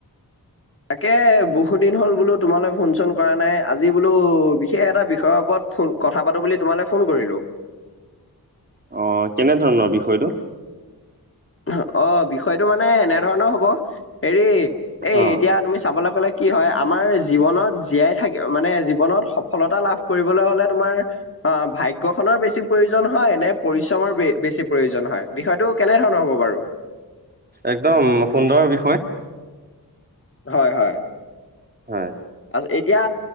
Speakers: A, on the left; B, on the right.
A: তাকে বহুদিন হ'ল বোলো তোমালৈ ফোন চোন কৰা নাই আজি বোলো বিশেষ এটা বিষয়ৰ ওপৰত ফোন কথা পাতো বুলি তোমালৈ ফোন কৰিলো।
B: অ কেনে ধৰণৰ বিষয়টো?
A: অহ অ বিষয়টো মানে এনেধৰণৰ হব হেৰি এই
B: অ
A: এতিয়া তুমি চাবলৈ গ'লে কি হয় আমাৰ জীৱনত জীয়াই থাক মানে জীৱনত সফলতা লাভ কৰিবলৈ হ'লে তোমাৰ অ ভাগ্যখনৰ বেছি প্ৰয়োজন হয় নে পৰিশ্ৰমৰ বে বেছি প্ৰয়োজন হয় বিষয়টো কেনেধৰণৰ হ'ব বাৰু?
B: একদম সুন্দৰ বিষয়।
A: হয়, হয়।
B: হয়।
A: আজ এতিয়া